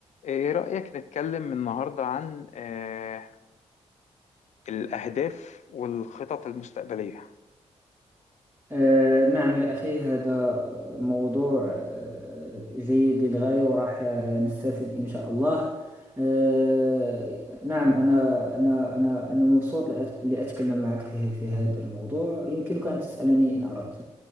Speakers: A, on the left; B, on the right.
A: إيه رأيك نتكلم النهاردة عن آه، الأهداف والخطط المستقبلية؟
B: آه، نعم يا أخي هذا موضوع آه، جيد للغاية وراح آه، نستفيد إن شاء الله آه، نعم أنا أنا أنا أنا مبسوط لأت- لأتكلم معك في في هذا الموضوع يمكنك أن تسألني إن أردت